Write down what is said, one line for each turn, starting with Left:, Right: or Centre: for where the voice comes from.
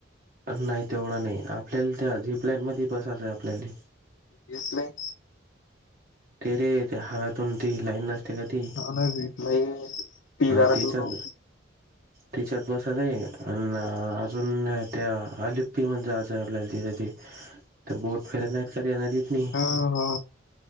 Right: तसं नाही, तेवढा नाही आपल्याला त्या झीपलाईन मध्ये, बसायचंय आपल्याले.
Left: Zip line.
Right: ते, रे त्या हव्यातून ती लाईन नसते का ते?
Left: आणि घेतलाय ती
Right: हां
Left: गार
Right: तिच्यात,
Left: दोन हो
Right: तिच्यात बसायचं आहे अन अजून त्या अलिप्पीती मध्ये जायचंय आपल्याला तिथं ते त्या बोट फिरत नाहीत का रे त्या नदीत नी.
Left: हा हा.